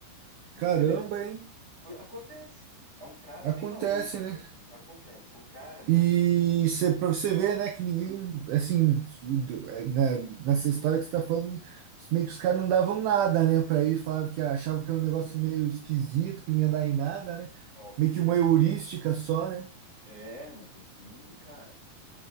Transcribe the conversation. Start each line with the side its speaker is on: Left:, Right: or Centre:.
Left: E
Right: Caramba,
Left: você vê.
Right: hein?
Left: Pô, Acontece. É um cara
Right: Acontece,
Left: bem maluco.
Right: né?
Left: Acontece. É um cara, meu.
Right: E cê, pra você ver, né, que ninguém, assim, do- é, né, nessa história que você tá falando, os- meio que os caras não davam nada, né, pra isso, falavam que achavam que era um negócio meio esquisito, que não ia dar em nada, né?
Left: Ó, o que
Right: Meio
Left: deu,
Right: que uma
Left: cara.
Right: heurística só, né?
Left: É, mas no fim, cara.